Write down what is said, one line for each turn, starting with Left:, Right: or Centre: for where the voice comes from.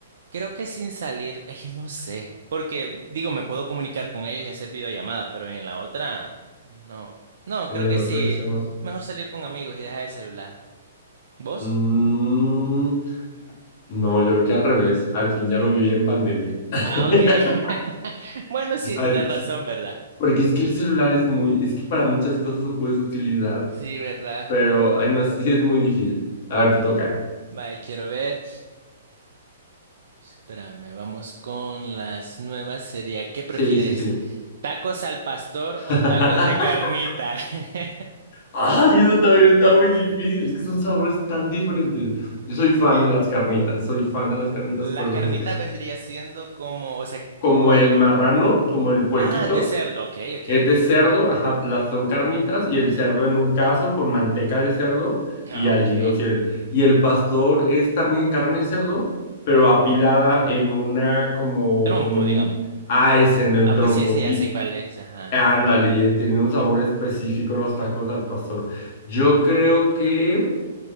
Right: creo que sin salir, es que no sé, porque digo, me puedo comunicar con ellos y hacer videollamada, pero en la otra, no, no,
Left: En
Right: creo
Left: el
Right: que
Left: otro
Right: sí,
Left: extremo.
Right: mejor salir con amigos y dejar el celular. ¿Vos?
Left: Mm, no, yo creo que al revés. Al fin ya lo viví en pandemia. <laughs>
Right: Ah, ok. <laughs> Bueno, sí,
Left: Al-
Right: tenés razón, ¿verdad?
Left: Porque es que el celular es muy, es que para muchas cosas lo puedes utilizar,
Right: Sí, ¿verdad?
Left: pero ay, no, es- sí es muy difícil. A ver, te toca.
Right: Vaya, quiero ver. Espérame, vamos con las nuevas. Sería, ¿qué prefieres?
Left: Sí, sí, sí.
Right: ¿Tacos al pastor o
Left: <laughs>
Right: tacos de carnita? <laughs>
Left: Ay, eso también está muy difícil, es que son sabores tan diferentes. Yo soy
Right: Okay.
Left: fan de las carnitas, soy fan de las carnitas,
Right: Las
Left: pero
Right: carnitas
Left: las-
Right: vendría siendo como, o sea,
Left: como
Right: cua-
Left: el marrano, como el puerquito.
Right: ah, de cerdo, ok, ok.
Left: Es de cerdo, ajá, las son carnitas y el cerdo en un caso con manteca de cerdo
Right: Ah,
Left: y allí
Right: ok.
Left: lo tienen. Y el pastor es también carne de cerdo, pero apilada en una como,
Right: Trompo,
Left: como en
Right: digamos.
Left: un... Ah, ese no en
Right: Ah,
Left: trompo.
Right: pues sí, ese ya
Left: Y
Right: sé cuál es, ajá.
Left: ándale, y tiene un sabor específico los tacos al pastor. Yo creo que...